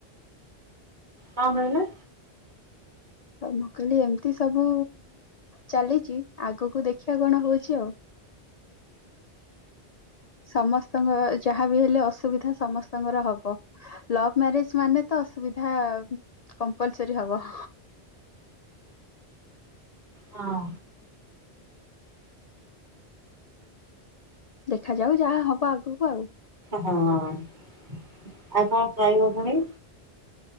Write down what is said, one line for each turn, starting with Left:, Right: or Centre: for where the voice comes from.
Right: କଣ କହିଲେ?
Left: ତ ମୁଁ କହିଲି ଏମିତି ସବୁ ଚାଲିଛି ଆଗକୁ ଦେଖିବା କଣ ହଉଛି ଆଉ। ସମସ୍ତଙ୍କ ଯାହାବି ହେଲେ ଅସୁବିଧା ସମସ୍ତଙ୍କର ହବ। ଲଭ ମ୍ୟାରେଜ ମାନେ ତ ଅସୁବିଧା କମ୍ପଲ୍ ସରି ହବ।
Right: ହଁ।
Left: ଦେଖାଯାଉ ଯାହା ହବ ଆଗୁକୁ ଆଉ।
Right: ହଁ ଆଉ କଣ ଖାଇବ ପୁଣି?